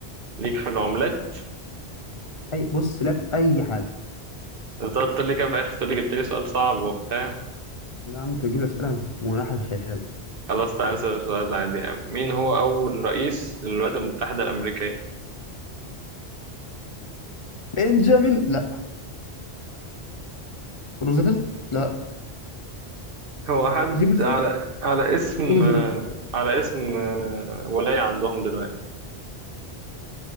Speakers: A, on the right; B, on the left.
A: ليك في العملات
B: اي بص لا في اي حاجة
A: انت قلت لي كده في الآخر تقول لي جبت لي سؤال صعب وبتاع
B: يا عم انت بتجيب لي اسئلة في مناحة الخيال
A: خلاص تعالى نسأل السؤال العادي يا عم. مين هو أول رئيس للولايات المتحدة الأمريكية
B: بنجامين لا روزفلت لا
A: هو حد
B: جيفرسون
A: على على اسم
B: توماس
A: آه،
B: جيفرسون
A: على اسم آه، ولاية عندهم دلوقتي